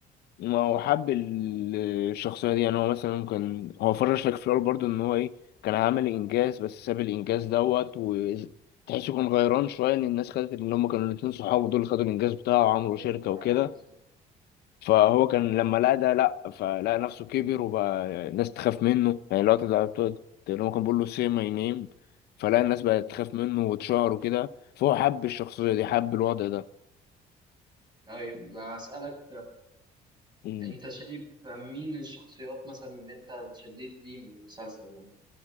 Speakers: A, on the left; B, on the right.
A: ما
B: بالظبط
A: هو حب ال- الشخصية دي يعني هو مثلا كان هو فرش لك في الأول برضه إن هو إيه كان عامل إنجاز بس ساب الإنجاز دوت وتحسه كان غيران شوية إن الناس خدت اللي هما كانوا الاتنين صحابه دول خدوا الإنجاز بتاعه وعملوا
B: الله
A: شركة
B: ينور
A: وكده
B: عليك بالظبط
A: فهو كان لما لقى ده لأ فلقى نفسه كبر وبقى الناس تخاف منه يعني الوقت ده بتقعد- اللي هو كان بيقول له سي ماي نيم فلقى الناس بقت
B: مم.
A: تخاف منه واتشهر وكده فهو حب الشخصية دي حب الوضع ده
B: طيب أسألك
A: مم.
B: انت شايف مين الشخصيات مثلا اللي انت اتشديت ليه من المسلسل يعني